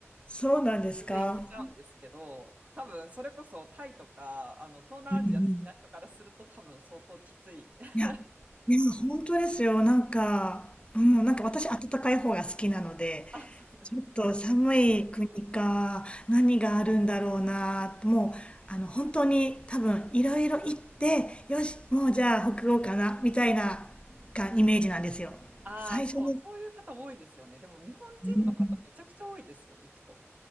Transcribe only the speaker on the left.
そうなんですか。
うんうん。
いや、いや、本当ですよ。なんか、うん、なんか私、暖かい方が好きなので、
ちょっと寒い国か、何があるんだろうな、もう、あの、本当に多分、いろいろ行って、よし、もうじゃあ北欧かな、みたいな、か、イメージなんですよ。
最初に、
うん